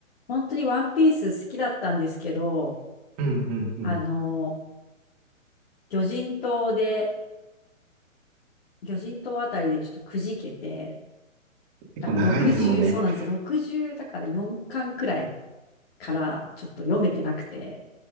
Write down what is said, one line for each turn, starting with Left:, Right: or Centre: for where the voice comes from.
Left: 本当にワンピース好きだったんですけど、
Right: うんうんうん。
Left: あの、魚人島で、魚人島あたりでちょっとくじけて、
Right: 結構長いですもんね。
Left: だから60、そうなんですよ。
Right: <laughs>
Left: 60だから4巻くらいからちょっと読めてなくて。